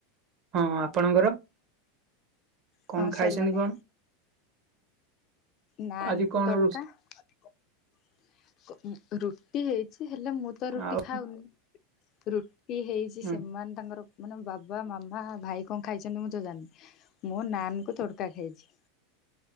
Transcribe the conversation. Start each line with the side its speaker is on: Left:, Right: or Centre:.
Right: ହଁ ଆପଣଙ୍କର? କଣ
Left: ହଁ
Right: ଖାଇଚନ୍ତି
Left: ସରିଲାନି
Right: କଣ?
Left: ନାନ୍
Right: ଆଜି
Left: କୁ
Right: କଣ
Left: ତଡକା
Right: ରୋ
Left: କ-ରୁଟି ହେଇ ଚି ହେଲେ ମୁଁ ତ ରୁଟି
Right: ଆଉ
Left: ଖାଉନି ରୁଟି ହେଇଚି
Right: ହୁଁ
Left: ସେମାନେ ତାଙ୍କର ମାନେ ବାବା, ମାମା, ଭାଇ କଣ ଖାଇଚନ୍ତି ମୁଁ ତ ଜାଣିନି ମୁଁ ନାନ୍ କୁ ତଡକା ଖାଇଚି।